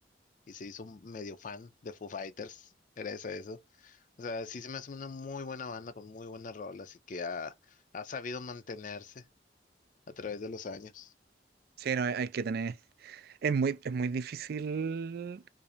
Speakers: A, on the left (about 45°); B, on the right (about 55°).
A: y, y se hizo un medio fan de Foo Fighters, gracias a eso. O sea, sí se me hace una muy buena banda con muy buenas rolas y que ha, ha sabido mantenerse a través de los años.
B: Sí, no, hay hay que tener. Es muy, es muy difícil.